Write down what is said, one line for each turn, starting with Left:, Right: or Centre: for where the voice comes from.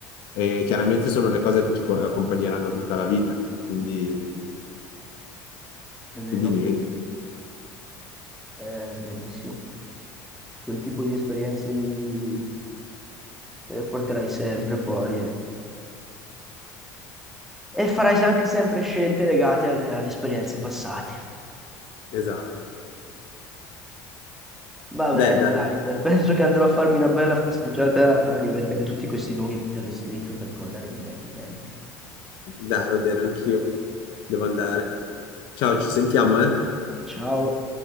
Left: e chiaramente sono le cose che ci co- accompagneranno tutta la vita. Quindi,
Centre: è vero,
Left: quindi niente,
Centre: è verissimo. Quel tipo di esperienze lì te le porterai sempre poi. e E farai anche sempre scelte legate alle, alle esperienze passate.
Left: esatto.
Centre: Va
Left: Beh,
Centre: bene,
Left: dai,
Centre: dai, pe- penso che andrò a farmi una bella passeggiata a rivedere tutti questi luoghi che ti ho descritto per ricordare i miei vecchi tempi.
Left: dai, va bene, anch'io devo andare. Ciao, ci sentiamo, eh?
Centre: Ciao.